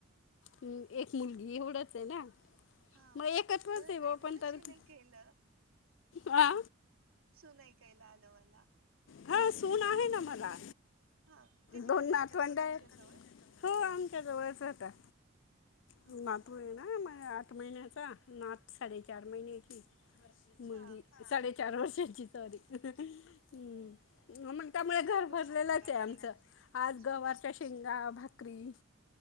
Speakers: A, on the left; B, on the right.
A: हम्म, एक मुलगी एवढंचे ना.
B: हा
A: मग एकत्रच
B: मला
A: आहे
B: नाही
A: बा पण
B: मला
A: तरी
B: सुन ऐकेल.
A: हा.
B: सुन आयकायला आल मला.
A: हा सून आहे ना मला.
B: हा ते तिथेच
A: दोन नातवंडय.
B: राहतात का तुमच्या जवळ
A: हो आमच्या जवळच राहता
B: हा
A: नातू ये ना म आठ महिन्याचा नात साडेचार महिन्याची. मुलगी
B: हा
A: साडे चार वर्षाची सॉरी. हम्म,
B: होय
A: मग त्यामुळे घर
B: काय
A: भरलेलंचे
B: बनवलंय मग आज
A: आमचं.
B: जेवण
A: आज
B: स्पेशल
A: गवारच्या शेंगा, भा करी.